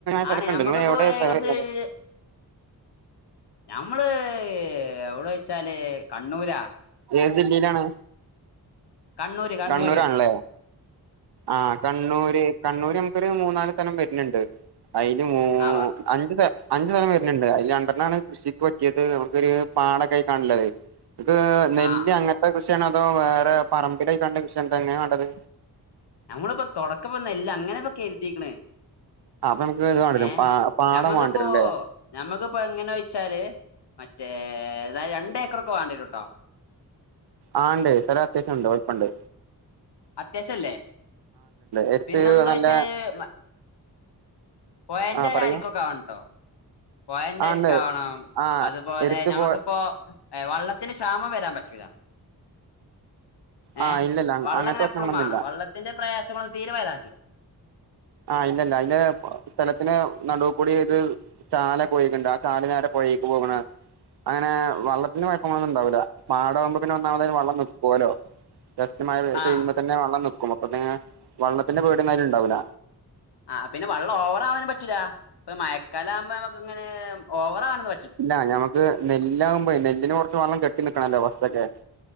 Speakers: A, on the right (about 75°); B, on the left (about 80°).
A: സ്ഥലക്കുണ്ട്
B: ആണ് ഞമ്മക്കിപ്പോ
A: ങ്ങളെവിടെ എവിടെ
B: ഏകദേശം
A: സ്ഥലം വരുന്നത്
B: ഒര് ഞമ്മള് എവിടെ വെച്ചാല് കണ്ണൂരാ
A: ഏത് ജില്ലയിലാണ്
B: കണ്ണൂര് കണ്ണൂര്
A: കണ്ണൂരാണല്ലേ ആഹ് കണ്ണൂര് കണ്ണൂര് നമുക്കൊരു മൂന്നാല് സലം വരുന്നുണ്ട് അതിൽ മൂ
B: ആഹ്
A: അഞ്ച് സ അഞ്ചു തലം വരുന്നുണ്ട് ആയില് രണ്ടണ്ണണ് കൃഷിക്ക് പറ്റിയത് നമുക്കൊരു പാടൊക്കെ ആയി കാണുള്ളത് നക്ക് നെല്ല്
B: ആഹ്
A: അങ്ങനത്തെ കൃഷിയണ അതോ വേറെ പറമ്പിലയി കാണ്ണെ കൃഷിന്ത എങ്ങനെയാ വേണ്ടത്
B: ഞങ്ങളിപ്പോൊ തുടക്കപ്പനെല്ല് അങ്ങനെ ഇപ്പൊ കരുതിക്കണ്
A: അപ്പൊ നമുക്ക് ഇത് വേണ്ടിവരും
B: ഏഹ്
A: പാടം
B: നഞമ്മക്കിപ്പോ
A: വേണ്ടിവരും അല്ലേ
B: ഞമ്മക്കിപ്പോ എങ്ങനെ വെച്ചാല് മറ്റേ രണ്ട ഏക്കറോക്കെ വേണ്ടിയരും ട്ടോ
A: ആഹ ഉണ്ട് സ്ഥലം അത്യാവശ്യണ്ട് വലിപ്പണ്ട്
B: അത്യാവശ്യല്ലേ
A: എടുത്ത്
B: പിന്നെന്തോയ്ച്ചാൽ
A: നല്ല
B: പോയെന്റെ
A: ആ പറയൂ
B: അരിക്കൊകാവണട്ടോ പോയന്റെരിക്കാവണം
A: ആ ഉണ്ട് ആ
B: അതുപോലെ
A: എടുത്ത്
B: ഞമ്മക്കിപ്പോ
A: പോ
B: ഏ വള്ളത്തിന് ക്ഷാമം വരാൻ പറ്റൂലാ
A: ആ
B: ഏഹ്
A: ഇല്ലല്ല
B: വള്ളം
A: അങ്ങനത്തെ
B: ഇങ്ങനെ
A: പ്രശ്നങ്ങളൊന്നുമില്ല
B: എപ്പോഴും വേണം വള്ളത്തിൻറെ പ്രയാസങ്ങളൊന്നും തീരെവരാംപറ്റൂല
A: ആഹ് ഇല്ലല്ല അതിന്റെ സ്ഥലത്തിന് നടുകൂടി ഇത് ചാലകോയിക്ണ്ട് ആ ചാല് നേരെ പോയി പൊഏക്ക് പോകണെ അങ്ങനെ വെള്ളത്തിന്റെ പയപ്പങ്ങളൊന്നുംണ്ടാവൂല്ല പാടമാകുമ്പ് പിന്നെ വന്നാമതല് വെള്ളം നൽക്കുവല്ലോ വ്യസ്യമായ
B: ആ
A: പെയ്യുമ്പോ തന്നെ വള്ളം നൽക്കും അപ്പൊ വെള്ളത്തിന്റെ പേട് എന്നായാലും ഉണ്ടാവില്ല
B: ആ പിന്നെ വെള്ളം ഓവർ ആവാനൻ പറ്റൂില്ല ഇപ്പ മയക്കാലം ആകുമ്പോ നമുക്ക് ഇങ്ങനെ ഓവറ ആവന്ന്
A: ഇല്ല ഞമ്മക്ക് നെല്ലാകുമ്പോയി നെല്ലിന് കുറച്ച് വെള്ളം കെട്ടി നിക്കണല്ലോ ഫസ്റ്റൊക്കെ